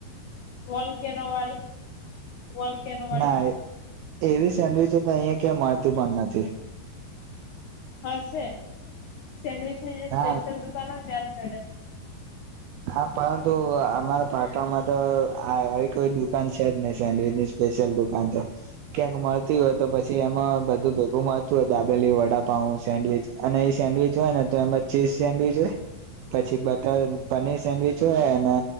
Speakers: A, on the left (about 75°); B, on the right (about 80°).
A: વોલકેનો વાળી, વોલકેનો વાળી.
B: ના એવી સેન્ડવીચોતો અહિયાં ક્યાં માડતી પણ નથી.
A: હશે, સેન્ડવીચની જે
B: ના
A: સ્પેશિયલ દુકાન હોય ને ત્યા જ જડે.
B: હા પરંતુ અમારા પાટણમાં તો આ આવી કોઈ દુકાન છે જ નહી સેન્ડવીચની સ્પે શિયલ દુકાન તો. ક્યાંક મળતી હોય તો પછી એમાં બધું ભેગું મળતું હોય દાબેલી, વડાપઉ સેન્ડવીચ અને એ સેન્ડવીચ હોય ને તો એમાં ચીઝ સેન્ડવીચ હોય, પછી બટર પનીર સેન્ડવીચ હોય અને